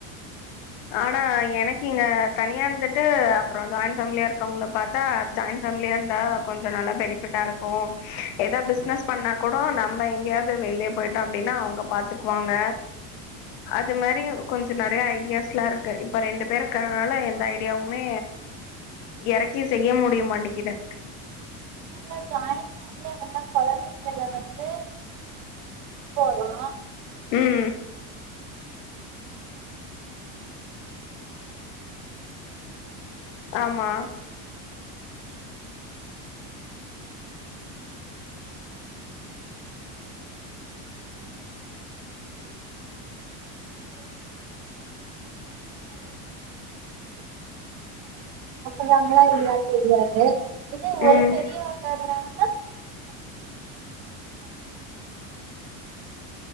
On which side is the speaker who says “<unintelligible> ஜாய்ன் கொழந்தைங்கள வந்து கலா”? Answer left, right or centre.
Right